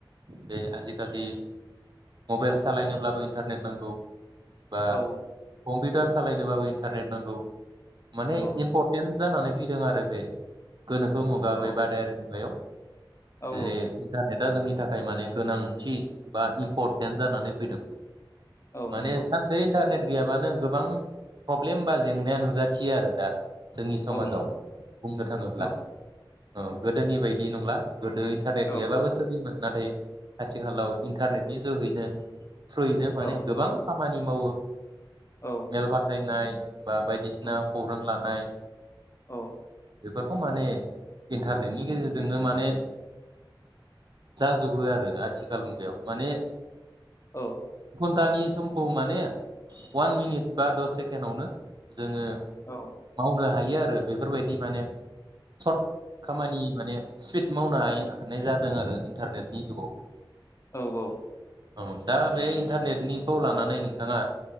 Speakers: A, on the right; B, on the left.
A: बे आजिखालि मबाइल सालायनोब्लाबो इन्टारनेट नांगौ। बा
B: औ
A: कम्पिउटार सालायनोबाबो इन्टारनेट नांगौ माने
B: नंगौ
A: इम्परटेन जानानै फैदों आरो बे। गोनोखो मुगा
B: औ
A: बे बादायारि मुगायाव
B: औ
A: जे इन्टारनेट दा जोंनि थाखाय माने गोनांथि बा इम्परटेन्ट जानानै फैदों।
B: औ
A: माने
B: नंगौ
A: सानसे इन्टारने गैयाबानो गोबां प्रब्लेम बा जेंनाया नुजाथियो आरो दा जोंनि समाजाव
B: औ नंगौ
A: बुंनो थाङोब्ला
B: औ
A: औ गोदोनि बायदि नंला गोदो इन्टारनेट
B: औ
A: गैयाबाबो नाथाय आथिखालाव इन्टारनेटनि जोहैनो थ्रयैनो माने
B: औ
A: गोबां खामानि मावो
B: औ
A: मेल बाथायनाय बा बायदिसिना
B: औ
A: खौरां लानाय
B: औ
A: बेफोरखौ माने इन्टारनेटनि गेजेरजोंनो माने जाजोबो आरो आथिखाल मुगायाव माने
B: औ
A: स्तानि समखौ माने वान मिनिट बा दस सेकेणडआवनो जोङो
B: औ
A: मावनो हायो हायो आरो बेफोरबायदि माने सर्ट खामानि माने स्पिद मावनो हायो हानाय जादों जादों आरो इन्टारनेटनि जुगाव
B: औ औ
A: औ दा बे इन्टारनेटनिखौ लानानै नोंथाङा